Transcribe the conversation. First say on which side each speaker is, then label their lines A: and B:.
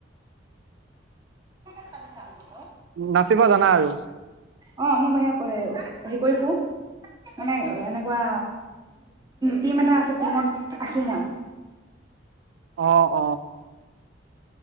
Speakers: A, on the right; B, on the right.
A: <unintelligible>
B: নাচিব জানা আৰু
A: অ মই সেয়া হেৰি কৰি ফো মানে এনেকুৱা টিম এটা আছে টিমত আছো মই
B: অ অ অ